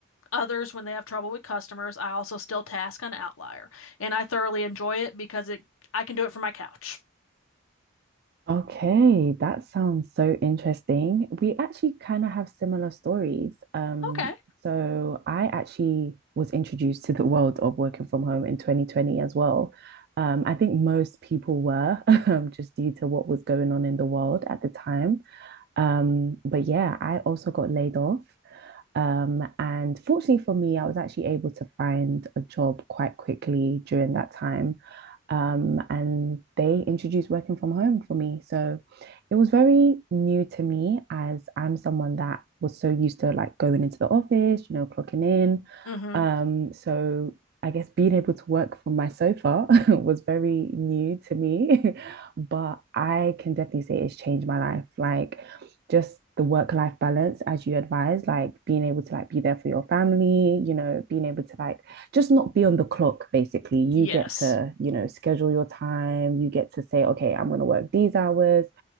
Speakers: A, on the left; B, on the right.
A: others when they have trouble with customers. I also still task on Outlier and I thoroughly enjoy it because it I can do it from my couch.
B: Okay, that sounds so interesting. We actually kind of have similar stories. Um,
A: Okay.
B: so I actually was introduced to the world of working from home in 2020 as well. Um, I think most people were, <laughs> um, just due to what was going on in the world at the time. Um, but yeah, I also got laid off. Um, and fortunately for me, I was actually able to find a job quite quickly during that time. Um, and they introduced working from home for me. So it was very new to me as I'm someone that was so used to like going into the office, you know, clocking in.
A: Mm-hmm.
B: Um, so I guess being able to work from my sofa <laughs> was very new to me, <laughs> but I can definitely say it's changed my life. Like just the work life balance as you advise like being able to like be there for your family you know being able to like just not be on the clock basically you
A: Yes.
B: get to you know schedule your time you get to say okay i'm going to work these hours